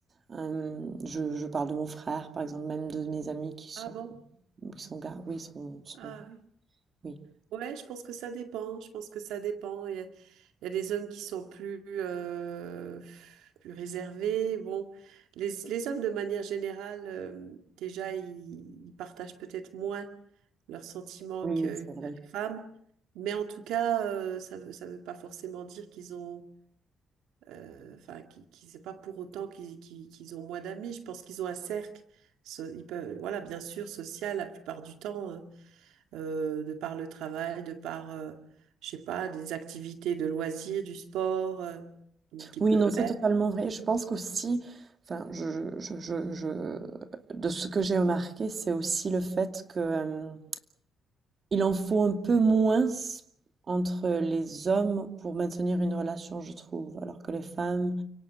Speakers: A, on the right (about 40°); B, on the right (about 85°).
A: Hem, je je parle de mon frère, par exemple, même de mes amis qui sont
B: Ah bon?
A: qui sont gars, oui, sont sont
B: Ah
A: oui.
B: Ouais, je pense que ça dépend. Je pense que ça dépend. Il y a, il y a des hommes qui sont plus, euh, plus réservés. Bon, les, les hommes, de manière générale, euh, déjà, ils, ils partagent peut-être moins leurs sentiments
A: Oui,
B: que,
A: oui, c'est
B: que
A: vrai.
B: les femmes. Mais en tout cas, euh, ça veut, ça veut pas forcément dire qu'ils ont, euh, enfin, qui qui- c'est pas pour autant qu'ils qu'ils- qu'ils ont moins d'amis. Je pense qu'ils ont un cercle. so- ils peuvent, voilà, bien sûr, social la plupart du temps. euh, euh, de par le travail, de par, euh, je sais pas, des activités de loisirs, du sport euh, qu'ils
A: Oui,
B: peuvent
A: non, c'est
B: faire.
A: totalement vrai. Je pense qu'aussi, enfin, je je je je de ce que j'ai remarqué, c'est aussi le fait que, hem Il en faut un peu moins entre les hommes pour maintenir une relation, je trouve. Alors que les femmes,